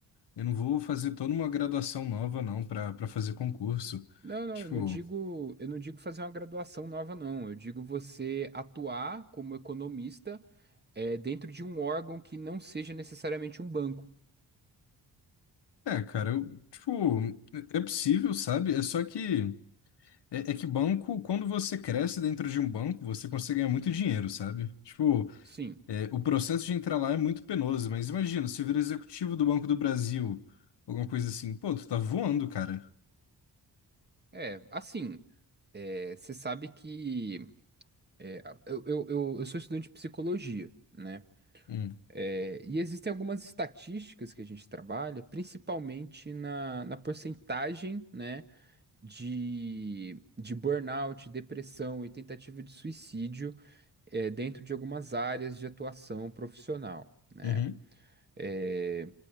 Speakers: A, on the left; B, on the right.
A: eu não vou fazer toda uma graduação nova, não, para para fazer concurso.
B: Não, não,
A: Tipo,
B: eu não digo, eu não digo fazer uma graduação nova, não. Eu digo você atuar como economista é, dentro de um órgão que não seja necessariamente um banco.
A: É, cara, eu, tipo, é é possível, sabe? É só que é, é que banco, quando você cresce dentro de um banco, você consegue ganhar muito dinheiro, sabe? Tipo,
B: Sim,
A: é, o processo de entrar lá é muito penoso, mas imagina, se vira executivo do Banco do Brasil, alguma coisa assim, pô, tu tá voando, cara.
B: é, assim, é, você sabe que é, eu, eu, eu eu sou estudante de psicologia, né?
A: Hum,
B: É, e existem algumas estatísticas que a gente trabalha, principalmente na, na porcentagem, né, de, de burnout, depressão e tentativa de suicídio, é, dentro de algumas áreas de atuação profissional, né?
A: uhum,
B: É,